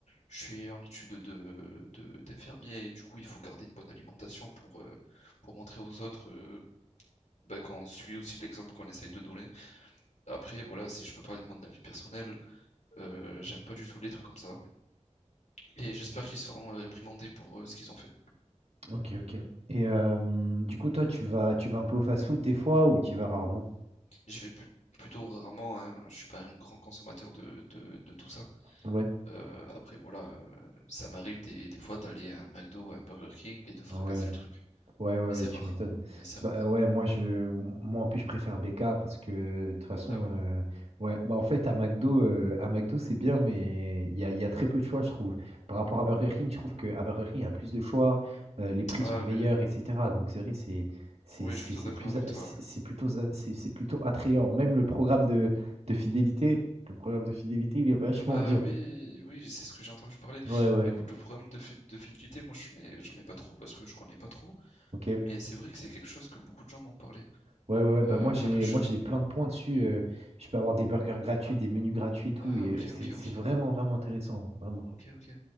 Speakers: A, on the left; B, on the right.
A: je suis en étude de, de- d'infirmier et du coup il faut garder une bonne alimentation pour... euh, pour montrer aux autres euh, bah, qu'on suit aussi l'exemple qu'on essaye de donner. Après, voilà, si je peux parler de mon avis personnel, euh, j'aime pas du tout les trucs comme ça. Et j'espère qu'ils seront euh, réprimandés pour euh, ce qu'ils ont fait.
B: Ok, ok. Et euh, du coup, toi, tu vas, tu vas un peu au fast-food des fois ou tu y vas rarement?
A: J'y vais plus- plutôt rarement, hein, je suis pas un grand consommateur de, de- de tout ça.
B: Ouais,
A: Euh, après, voilà, euh, ça m'arrive des, des fois d'aller à un McDo ou à un Burger King et de fracasser
B: ouais.
A: le truc.
B: Ouais, ouais, ouais,
A: Mais c'est rare.
B: tu m'étonnes.
A: Mais c'est rare.
B: Bah, heu, ouais, moi, je moi, en plus, je préfère BK parce que, de toute façon,
A: Ah oui?
B: heu, ouais, bah, en fait, à McDo, heu, à McDo, c'est bien, mais il y a il y a très peu de choix, je trouve. Par rapport à Burger King, je trouve qu'à Burger King, il y a plus de choix, heu, les prix
A: Ah
B: sont meilleurs
A: oui.
B: et cetera. Donc c'est vrai, c'est c'est
A: Oui, je
B: c'est
A: suis plutôt
B: c'est
A: d'accord
B: plus
A: avec
B: a
A: toi.
B: c'est
A: ouais.
B: c'est plutôt za c'est c'est plutôt attrayant. Même le programme de de fidélité, le programme de fidélité, il est vachement
A: Ah
B: bien.
A: oui, oui, c'est ce que j'ai entendu parler.
B: Ouais, ouais,
A: Bah écoute, le programme de, fid- de fidélité, moi j'en ai, j'en ai pas trop parce que je connais pas trop,
B: OK.
A: mais c'est vrai que c'est quelque chose que beaucoup de gens m'ont parlé.
B: Ouais, ouais, ouais, bah
A: Euh,
B: moi j'ai
A: après, je...
B: moi j'ai plein de points dessus. euh, je peux avoir des burgers gratuits, des menus gratuits et tout.
A: Ah
B: Et
A: ok,
B: euh, c'est
A: ok, ok,
B: c'est vraiment, vraiment intéressant. Vraiment.
A: ok, ok.